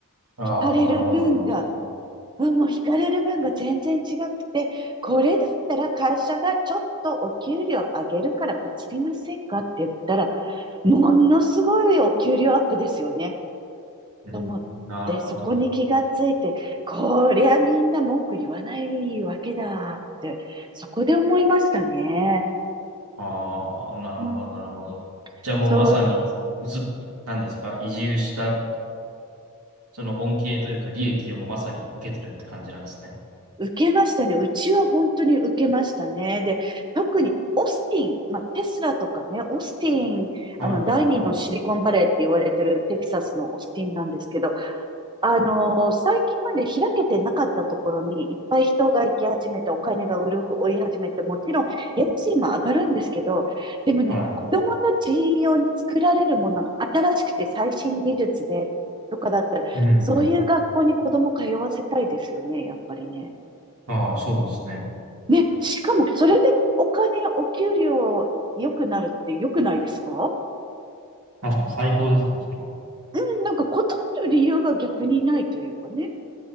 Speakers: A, on the right; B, on the right.
A: ああ、
B: 引かれる分が、
A: なるほど、なるほど。
B: 分も引かれる分が全然違くて、これだったら会社がちょっとお給料上げるから移りませんかって言ったら、ものすごいお給料アップですよね。
A: うん、
B: と思って、
A: なるほど。
B: そこに気がついて、こりゃみんな文句言わないわけだって、そこで思いましたね。
A: ああ、なるほど、
B: うん。
A: なるほど。じゃあもうまさに、
B: そう、
A: うつ、なんですか、移住した、その恩恵というか利益をもうまさに受けてるって感じなんですね。
B: 受けましたね。うちは本当に受けましたね。で、特にオスティン、まあ、テスラとかね、オスティン、
A: はい、
B: あの、第二のシリコンバレーって言われてるテキサスのオスティンなんですけど、
A: はい、はい。
B: あのー最近まで開けてなかったところにいっぱい人が行き始めて、お金が売る、追い始めて、もちろん家賃も上がるんですけど、でもね、
A: はい。
B: 子供たち用に作られるものが新しくて最新技術でとかだったら、
A: うん、
B: そういう学校に子供通わせたいですよね、
A: うん。
B: やっぱりね。
A: ああ、そうですね。
B: ね、しかもそれでお金、お給料良くなるって良くないですか
A: 確かに最高ですね、それは。
B: うん、なんか断る理由が逆にないというかね。